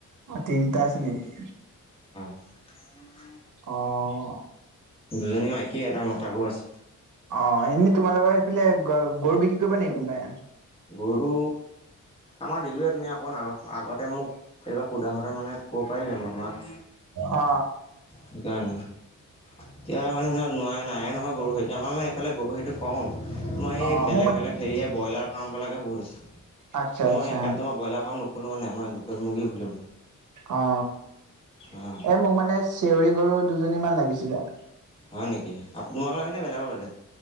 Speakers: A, on the right (about 70°); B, on the left (about 15°).
A: অ', তিনিটা আছে নেকি?
B: <inaudible>
A: অ',
B: দুজনী মাইকী এটা মতা গৰু আছে
A: অ', এনেই তোমালোকৰ সেইফালে গৰু বিক্ৰী কৰিব নেকি কোনোবাই?
B: গৰু আমাৰ দিলোঁৱে তুমি অকণ আগত আগতে মোক কেতিকাবা সোধা সোতে মানে ক'ব পাৰিল নে মই তোমাক।
A: অ
B: সেইকাৰণে, এতিয়া মানে সে নোৱাই নাইে নহয় গৰু আমাৰ মানে এইফালে গৰু সেইটো কম আমাৰ এই
A: অ
B: বেলেগ
A: মোৰ মানে
B: বেলেগ হেৰিহে ব্ৰইলাৰ ফাৰ্মবিলাকে বহুত আছে।
A: আচ্ছা
B: মই
A: আচ্ছা
B: এইকাৰণে তোমাৰ ব্ৰইলাৰ ফাৰ্ম নুখোলো মানে মই লোকেল মুৰ্গী খুলিম মানে।
A: অ',
B: অঁ
A: অ, মোক মানে চেউৰি গৰু দুজনী মান লাগিছিলে।
B: হয় নেকি আপো তোমালোকক লাগে নে বেলেগক লাগে?